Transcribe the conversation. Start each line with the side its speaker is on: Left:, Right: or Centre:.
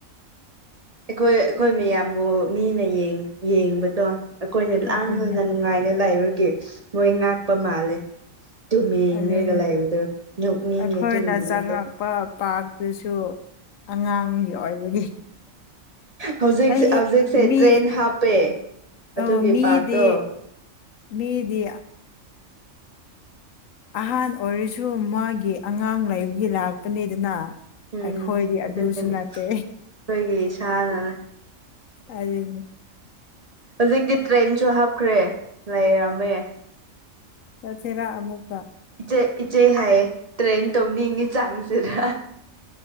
Right: ꯑꯩꯈꯣꯏ ꯑꯩꯈꯣꯏ ꯃꯌꯥꯝꯕꯨ ꯃꯤꯅ ꯌꯦꯡ ꯌꯦꯡꯕꯗꯣ ꯑꯩꯈꯣꯏꯅ ꯂꯥꯡꯉꯒ
Left: ꯑꯗꯨꯅꯦ
Right: ꯅꯨꯡꯉꯥꯏꯅ ꯂꯩꯥꯏꯕꯒꯤ ꯃꯣꯏ ꯉꯥꯛꯄ ꯃꯥꯜꯂꯦ ꯑ ꯗꯨꯝ ꯌꯦꯡꯉꯒ
Left: ꯑꯗꯨꯅꯦ
Right: ꯂꯩꯕꯗꯣ ꯅꯣꯛꯅꯤꯡꯉꯦ
Left: ꯑꯩꯈꯣꯏꯅ
Right: ꯑꯗꯨꯨꯒꯤ ꯅꯨꯃꯤꯠꯇꯣ
Left: ꯆꯪꯉꯛꯄ ꯄꯥꯔꯛꯇꯨꯁꯨ ꯑꯉꯥꯡꯒꯤ ꯑꯣꯏꯕꯒꯤ
Right: ꯍꯧꯖꯤꯛ
Left: ꯑꯩꯗꯤ
Right: ꯍꯧꯖꯤꯛꯁꯦ
Left: ꯃꯤ
Right: ꯇ꯭ꯔꯦꯟ ꯍꯥꯞꯄꯦ ꯑꯗꯨꯒꯤ
Left: ꯑ ꯃꯤꯗꯤ
Right: ꯄꯥꯔꯛꯇꯣ
Left: ꯃꯤꯗꯤ ꯑ ꯑꯍꯥꯟ ꯑꯣꯏꯔꯁꯨ ꯃꯥꯒꯤ ꯑꯉꯥꯡ ꯂꯩꯕꯒꯤ ꯂꯥꯛꯄꯅꯤꯗꯅ
Right: ꯎꯝ
Left: ꯑꯩꯈꯣꯏꯗꯤ ꯑꯗꯨꯁꯨ
Right: ꯑꯗꯨꯒꯤꯅꯦ
Left: ꯅꯠꯇꯦ
Right: ꯑꯩꯈꯣꯏꯒꯤ ꯏꯁꯥꯅ
Left: ꯑꯗꯨꯅꯦ
Right: ꯍꯧꯖꯤꯛꯇꯤ ꯇ꯭ꯔꯦꯟꯁꯨ ꯍꯥꯞꯈ꯭ꯔꯦ ꯂꯩꯔꯝꯃꯦ
Left: ꯆꯦꯔꯥ ꯑꯃꯨꯛ
Right: ꯏꯆꯦ ꯏꯆꯦ ꯍꯥꯏꯌꯦ ꯇ꯭ꯔꯦꯟ ꯇꯣꯡꯅꯤꯡꯉꯤ ꯆꯥꯡꯗꯨꯒ